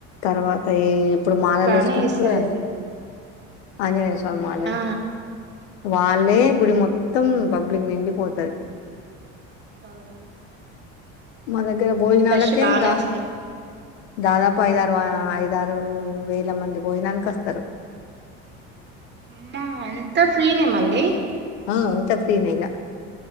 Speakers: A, on the left; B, on the right.
A: తర్వాత ఈ ఇప్పుడు మాలలేసుకుంటురు
B: బానే చేస్తారు
A: గదండి.
B: అయితే
A: ఆంజనేయా స్వామీ మాళలు
B: ఆ
A: వాళ్లే గుడి మొత్తం పబ్లిక్ నిండిపోతారు
B: అవును
A: మనద్ ట్ ఇగ భోయనాలకే
B: రష్ బానే
A: దా
B: వస్తారున్నారు
A: దాదాపు ఐదారు వ ఐదారు వేల మంది భోజనానికోస్తారు.
B: మ్మ అంతా ఫ్రీనే మళ్ళీ
A: ఆ అంతా ఫ్రీనేగా